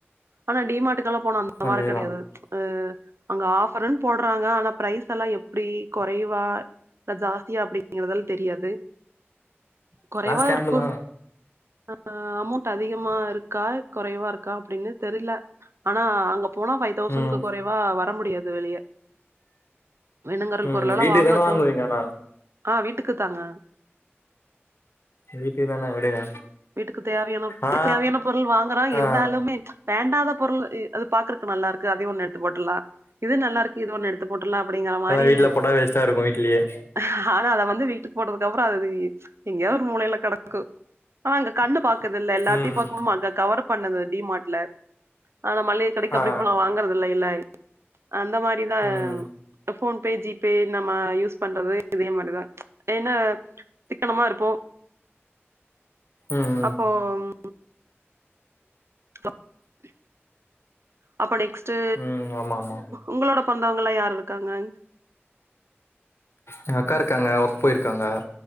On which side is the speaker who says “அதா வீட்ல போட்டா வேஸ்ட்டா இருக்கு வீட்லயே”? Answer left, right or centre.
Left